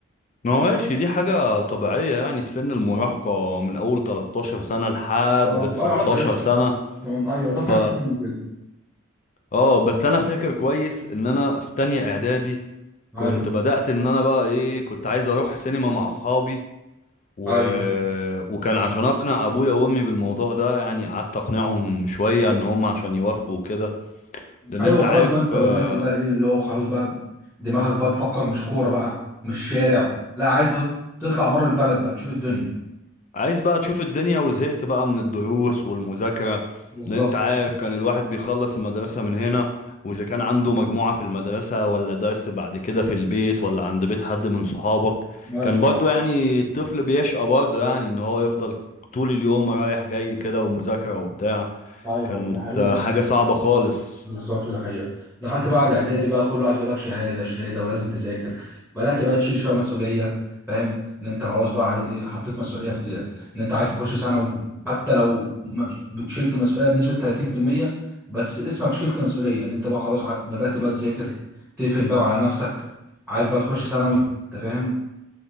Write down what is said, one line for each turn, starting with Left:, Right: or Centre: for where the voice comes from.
Left: ما هو ماشي دي حاجة طبيعية يعني في سن
Centre: ف-
Left: المراهقة من أول 13 سنة لحد
Centre: اه لغاية
Left: 19
Centre: 20
Left: سنة
Centre: طبعا ايوه لغاية
Left: ف
Centre: تالتة ثانوي كده
Left: اه بس انا فاكر كويس ان انا في تانية اعدادي
Centre: ايوه
Left: كنت بدأت ان انا بقى ايه كنت عايز اروح سينما مع اصحابي و...
Centre: ايوه
Left: وكان عشان اقنع ابويا وامي بالموضوع ده يعني قعدت اقنعهم شوية ان هم عشان يوافقوا وكده لان
Centre: ايوه
Left: انت عارف
Centre: خلاص بقى انت بدأت
Left: آه،
Centre: بقى ايه اللي هو خلاص بقى دماغك بقى تفكر مش كورة بقى مش شارع لا عايز بقى تطلع بره البلد بقى تشوف الدنيا
Left: عايز بقى تشوف الدنيا وزهقت بقى من الدروس والمذاكرة
Centre: بالظبط
Left: لان انت عارف كان الواحد بيخلص المدرسة من هنا واذا كان عنده مجموعة في المدرسة ولا درس بعد كده في البيت ولا عند بيت حد من صحابك
Centre: ايوه
Left: كان
Centre: صح
Left: برضو يعني الطفل بيشقى برضو يعني ان هو يفضل طول اليوم رايح جاي كده ومذاكرة وبتاع
Centre: ايوه
Left: كانت
Centre: دي حقيقه
Left: آه،
Centre: فعلا
Left: حاجة صعبة خالص
Centre: بالظبط دي حقيقه دخلت بقى على الاعدادي بقى كل واحد يقول لك شهاده شهاده ولازم تذاكر بدات بقى تشيل شويه مسؤوليه فاهم ان انت خلاص بقى عايز ايه حطيت مسؤوليه في ان انت عايز تخش ثانوي حتى لو م- شلت مسؤوليه بنسبه 30% بس اسمك شلت مسؤوليه ان انت بقى خلاص ع- بدات بقى تذاكر تقفل الباب على نفسك عايز بقى تخش ثانوي انت فاهم